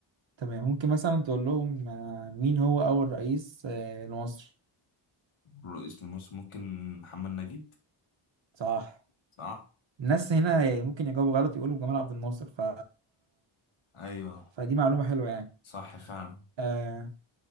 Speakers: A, on the right; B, on the left.
A: تمام ممكن مثلا تقول لهم آه، مين هو اول رئيس آه، لمصر
B: رئيس لمصر ممكن محمد نجيب
A: صح
B: صح
A: الناس هنا يعني ممكن يجاوبوا غلط يقولوا جمال عبد الناصر ف
B: أيوه
A: فدي معلومة حلوة يعني
B: صح فعلا
A: آه،